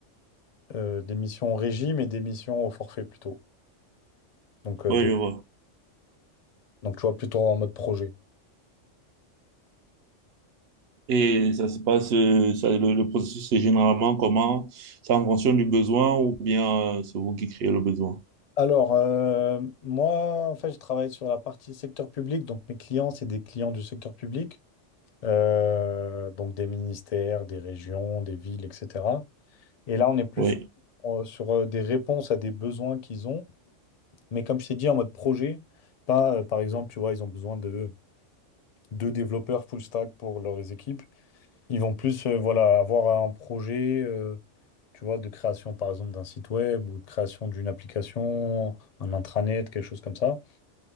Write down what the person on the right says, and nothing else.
oui,
je vois.
Et ça se passe, euh, ça, le, le processus, c'est généralement comment? C'est en fonction du besoin ou bien euh, c'est vous qui créez le besoin?
Oui.